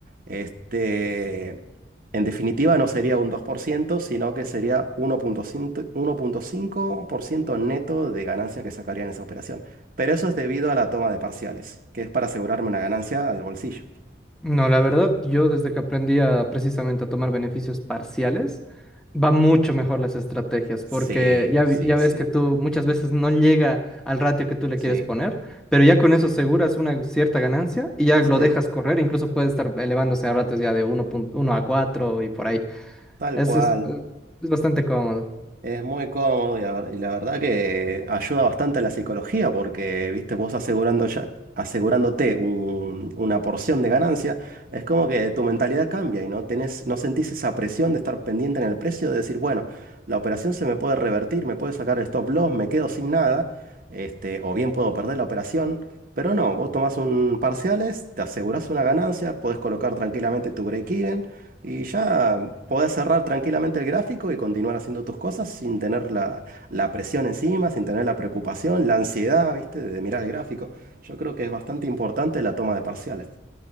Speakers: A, on the right; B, in the centre.
A: este, en definitiva, no sería un 2%, sino que sería 1.5 1.5% neto de ganancia que sacaría en esa operación. Pero eso es debido a la toma de parciales, que es para asegurarme una ganancia al bolsillo.
B: No, la verdad, yo desde que aprendí a, precisamente a tomar beneficios parciales, va mucho mejor las estrategias,
A: Sí,
B: porque ya, vi-
A: sí,
B: ya ves
A: sí,
B: que tú muchas veces no llega al ratio que tú le
A: sí,
B: quieres poner, pero ya con eso aseguras una cierta ganancia y ya
A: sí,
B: lo dejas correr, incluso puede estar elevándose a ratios ya de uno punto uno a 4 y por ahí.
A: tal
B: Eso
A: cual.
B: es, es bastante cómodo.
A: Es muy cómodo y la, ver- y la verdad que ayuda bastante a la psicología porque, viste, vos asegurando ya, asegurándote un- una porción de ganancia, es como que tu mentalidad cambia y no tenés, no sentís esa presión de estar pendiente en el precio, de decir, bueno, la operación se me puede revertir, me puede sacar el stop loss, me quedo sin nada, este, o bien puedo perder la operación, pero no, vos tomás un parciales, te asegurás una ganancia, podés colocar tranquilamente tu break-even y ya podés cerrar tranquilamente el gráfico y continuar haciendo tus cosas sin tener la, la presión encima, sin tener la preocupación, la ansiedad, ¿viste? De mirar el gráfico. Yo creo que es bastante importante la toma de parciales.